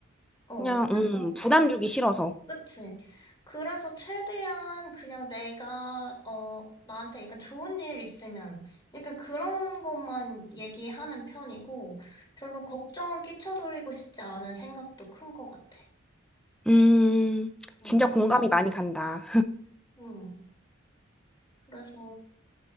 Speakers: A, on the left; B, in the centre.
A: 어,
B: 그냥,
A: 그래서
B: 음, 부담 주기 싫어서.
A: 그치. 그래서 최대한 그냥 내가, 어, 나한테 약간 좋은 일 있으면, 약간 그런 것만 얘기하는 편이고, 별로 걱정 끼쳐드리고 싶지 않은 생각도 큰 것 같아.
B: 음,
A: 응,
B: 진짜 공감이 많이 간다.
A: 응. 그래서,